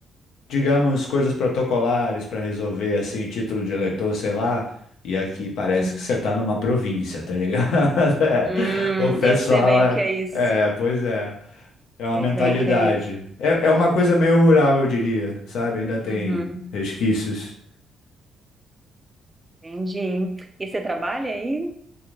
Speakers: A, on the left (about 80°); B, on the right (about 20°).
A: digamos, coisas protocolares para resolver, assim, título de eleitor, sei lá. E aqui parece
B: Uhum.
A: que você tá numa província, tá ligado? <laughs> É.
B: Hum,
A: O pessoal
B: eu sei bem
A: é.
B: o que é isso.
A: É, pois é. É uma
B: Sei
A: mentalidade.
B: bem o que é isso.
A: É, é uma coisa meio rural, eu diria, sabe? Ainda tem
B: Uhum,
A: resquícios.
B: entendi. E você trabalha aí?